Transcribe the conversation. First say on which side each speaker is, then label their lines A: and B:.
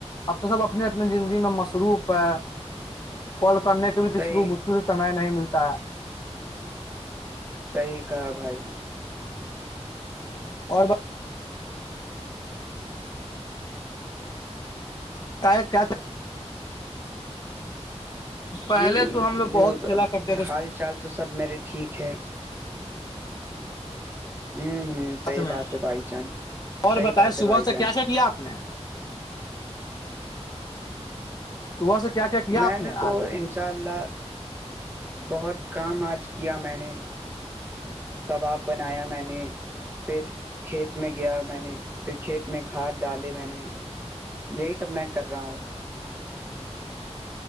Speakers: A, on the left (about 35°); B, on the right (about 20°).
A: اب تو سب اپنی اپنی زندگی میں مصروف ہے کل کرنے کے کسی
B: صحیح
A: کو مجکل سے سم نہیں ملتا
B: صحیح کہا بھائی
A: اور کیا پہلے
B: جی
A: تو ہم لوگ بہت
B: یہب
A: کھیلا کرتے تھے
B: حال چال تو سب میرے ٹھیک ہے ہوں ہوں صحیح
A: سھ میں
B: بات ہے بھائی جان
A: اور
B: صحیح
A: بتائے
B: بات ہے
A: صبح
B: بھائی
A: سے
B: جان
A: کیا چ کیا آپ نے صبح سے کیا کیا کیا
B: میں
A: آپ نے
B: تو
A: آج
B: انشاء اللہ بہت کام آج کیا میں نے کباب بنایا میں نے پھر کھیت میں گیا میں نے پھر کھیت میں کھاد ڈالے میں نے یہی سب میں کر رہا ہوں